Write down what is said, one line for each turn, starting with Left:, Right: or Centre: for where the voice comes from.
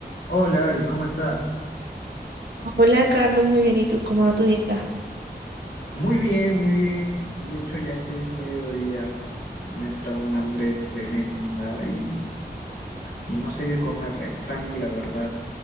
Left: Hola, Abby, ¿cómo estás?
Right: Hola Carlos, muy bien. ¿Y tú cómo va tu día?
Left: Muy bien, muy bien. De hecho, ya que es mediodía, me entra un hambre tremenda y, y no sé qué comer. Extraño, la verdad,